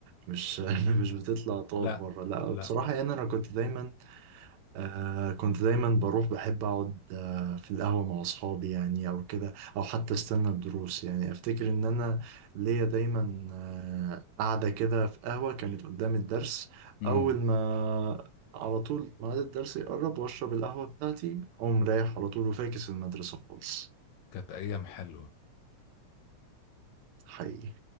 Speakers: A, on the right; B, on the left.
A: مش <laughs> مش بتطلع تقعد
B: لا
A: بره
B: اه
A: لا
B: لا
A: بصراحه يعني انا كنت دايما آه كنت دايما بروح بحب اقعد آه في القهوه مع اصحابي يعني او كده او حتى استنى الدروس يعني افتكر ان انا ليا دايما آه قاعده كده في قهوه كانت قدام الدرس
B: امم
A: اول ما على طول ميعاد الدرس يقرب واشرب القهوه بتاعتي اقوم رايح على طول وفاكس المدرسه خالص
B: كانت ايام حلوة
A: حقيقي